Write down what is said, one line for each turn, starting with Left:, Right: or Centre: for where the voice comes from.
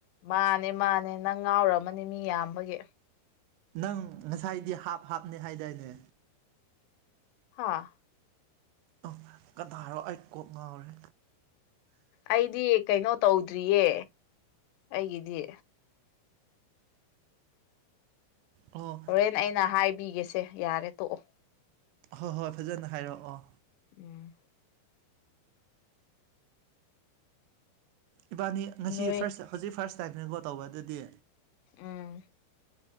Left: ꯃꯥꯅꯦ ꯃꯥꯅꯦ ꯅꯪ ꯉꯥꯎꯔꯝꯃꯅꯤ ꯃꯤ ꯌꯥꯝꯕꯒꯤ
Right: ꯅꯪ ꯉꯁꯥꯏꯗꯤ ꯍꯥꯞ ꯍꯥꯞꯅꯤ ꯍꯥꯏꯗꯥꯏꯅꯦ
Left: ꯑ
Right: ꯑꯣ ꯀꯗꯥꯔꯣ ꯑꯩ ꯀꯣꯛ ꯉꯥꯎꯔꯦ
Left: ꯑꯩꯗꯤ ꯀꯩꯅꯣ ꯇꯧꯗ꯭ꯔꯤꯌꯦ ꯑꯩꯒꯤꯗꯤ
Right: ꯑꯣ
Left: ꯍꯣꯔꯦꯟ ꯑꯩꯅ ꯍꯥꯏꯕꯤꯒꯦꯁꯦ ꯌꯥꯔꯦ ꯇꯣꯛꯑꯣ
Right: ꯍꯣꯏ ꯍꯣꯏ ꯐꯖꯅ ꯍꯥꯏꯔꯛꯑꯣ
Left: ꯎꯝ
Right: ꯏꯕꯥꯅꯤ ꯉꯁꯤ
Left: ꯅꯣꯏ
Right: ꯐꯥꯔꯁ ꯍꯧꯖꯤꯛ ꯐꯥꯔꯁ ꯇꯥꯏꯝꯁꯤꯀꯣ ꯇꯧꯕꯗꯗꯤ
Left: ꯎꯝ